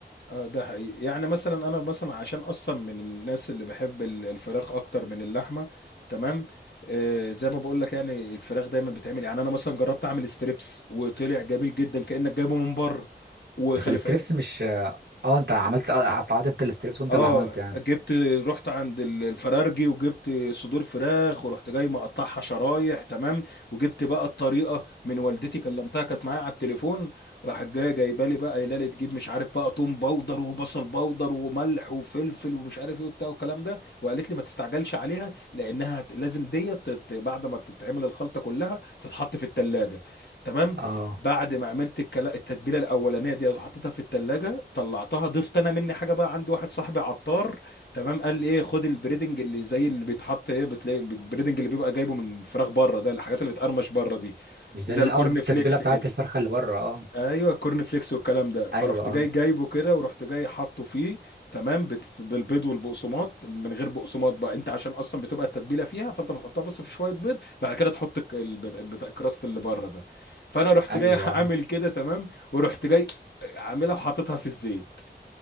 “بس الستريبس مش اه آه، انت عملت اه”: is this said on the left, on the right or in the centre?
Right